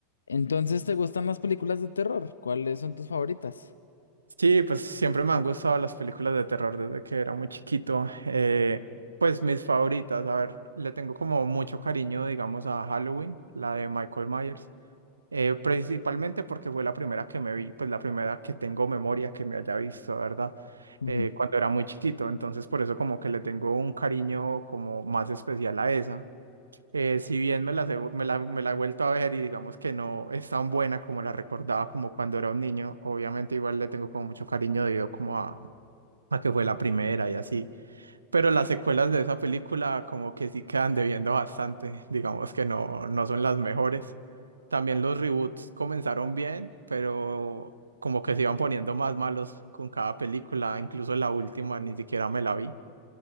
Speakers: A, on the left; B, on the right.
A: Entonces, ¿te gustan las películas de terror? ¿Cuáles son tus favoritas?
B: Sí, pues siempre me han gustado las películas de terror desde que era muy chiquito. Eh, pues mis favoritas, a ver, le tengo como mucho cariño, digamos, a Halloween, la de Michael Myers, eh, principalmente porque fue la primera que me vi, pues la primera que tengo memoria que me haya visto, ¿verdad?
A: Ujú.
B: Eh, cuando era muy chiquito, entonces por eso como que le tengo un cariño como más especial a esa. Eh, si bien me las he me la, me la he vuelto a ver y digamos que no es tan buena como la recordaba como cuando era un niño, obviamente igual le tengo como mucho cariño debido como a, a que fue la primera y así, pero las secuelas de esa película como que sí quedan debiendo bastante, <laughs> digamos que no, no son las mejores. También los reboots comenzaron bien, pero como que se iban poniendo más malos con cada película, incluso la última ni siquiera me la vi.